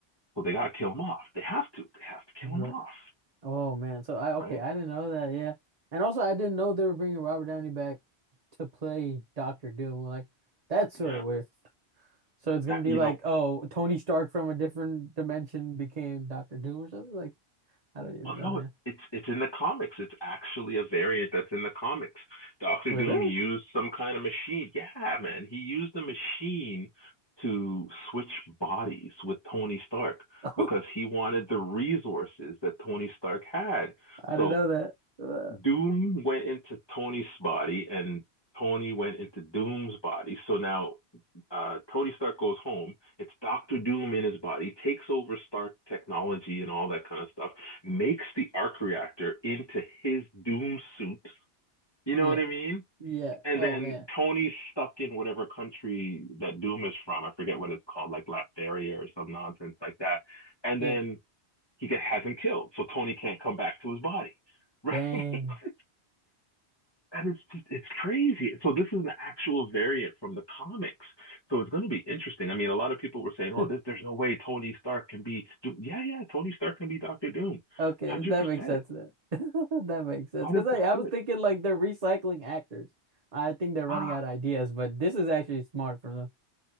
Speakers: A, on the left; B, on the right.
A: so they got to kill him off. They have to. They have to kill
B: Right.
A: him off,
B: Oh man. So I
A: right?
B: okay, I didn't know that. Yeah. And also I didn't know they were bringing Robert Downey back to play Doctor Doom. Like that's sort
A: Yeah.
B: of weird. So it's gonna
A: That
B: be
A: you
B: like,
A: know,
B: oh, Tony Stark from a different dimension became Doctor Doom or something? Like, I don't even
A: Well,
B: know,
A: no,
B: man.
A: it's it's in the comics. It's actually a variant that's in the comics. Doctor
B: Wait,
A: Doom
B: really?
A: used some kind of machine. Yeah, man, he used a machine to switch bodies with Tony Stark
B: <laughs> I
A: because he wanted the resources that Tony Stark had.
B: didn't
A: So
B: know that. Uh,
A: Doom went into Tony's body and Tony went into Doom's body. So now uh, Tony Stark goes home. It's Doctor Doom in his body, takes over Stark technology and all that kind of stuff, makes the arc reactor into his Doom suit. You know
B: yeah.
A: what I mean?
B: Yeah.
A: And
B: Oh
A: then
B: man.
A: Tony's stuck in whatever country that Doom is from. I forget what it's called, like Latveria or some nonsense like that. And
B: Yeah.
A: then he get, has him killed. So Tony can't come back to his body, right?
B: <clears throat> Dang.
A: <laughs> And it's just, it's crazy. So this is an actual variant from the comics. So it's going to be interesting. I mean, a lot of people were saying, "Oh,
B: <laughs>
A: this, there's no way Tony Stark can be Doom." Yeah, yeah, Tony Stark can be Doctor Doom, one
B: Okay,
A: hundred
B: that
A: percent,
B: makes sense then. <laughs> That makes sense.
A: one hundred
B: Because
A: percent.
B: I, I was thinking like they're recycling actors. I think they're
A: Ah,
B: running out of ideas, but this is actually smart from them.